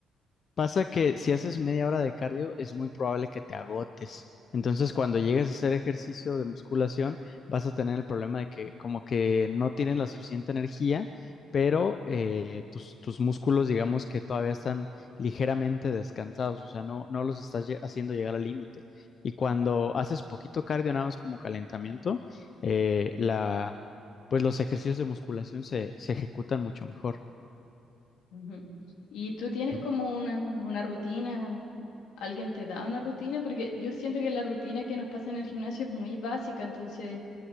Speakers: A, on the left; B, on the left.
A: Pasa que si haces media hora de cardio es muy probable que te agotes. Entonces, cuando llegues a hacer ejercicio de musculación, vas a tener el problema de que como que no tienes la suficiente energía, pero eh, tus, tus músculos, digamos que todavía están ligeramente descansados, o sea, no, no los estás lle- haciendo llegar al límite. Y cuando haces poquito cardio, nada más como calentamiento, eh, la, pues los ejercicios de musculación se, se ejecutan mucho mejor.
B: Ujú. ¿Y tú tienes
A: Mm.
B: como una, una rutina? ¿Alguien te da una rutina? Porque yo siento que la rutina que nos pasa en el gimnasio es muy básica, entonces